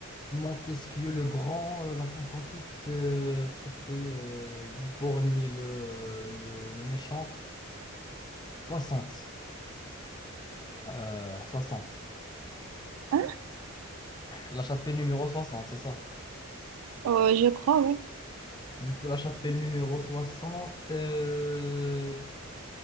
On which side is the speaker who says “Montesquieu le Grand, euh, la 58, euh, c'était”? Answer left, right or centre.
Left